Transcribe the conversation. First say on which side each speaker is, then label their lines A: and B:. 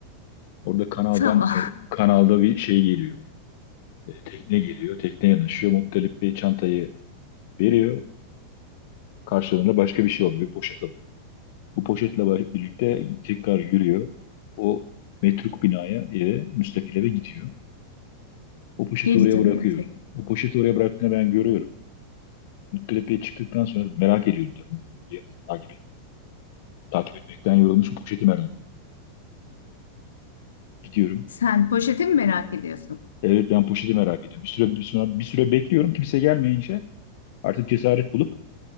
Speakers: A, on the left; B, on the left.
A: Orada kanaldan
B: Tamam.
A: e, kanalda bir şey geliyor. E, tekne geliyor. Tekne yanaşıyor. Muttalip bir çantayı veriyor. Karşılığında başka bir şey oluyor. Bir poşet alıyor. Bu poşetle ba- birlikte tekrar yürüyor. O metruk binaya eve, müstakil eve gidiyor. O
B: <laughs>
A: poşeti
B: Geri
A: oraya
B: dönüyor
A: bırakıyor.
B: tek.
A: O poşeti oraya bıraktığını ben görüyorum. Muttalip'e çıktıktan sonra merak ediyorum tabii Bir takip Takip etmekten yorulmuşum. Poşeti merak ediyorum. Gidiyorum.
B: Sen poşeti mi merak ediyorsun?
A: Evet ben poşeti merak ediyorum. Bir süre, bir sonra bir süre bekliyorum. Kimse gelmeyince artık cesaret bulup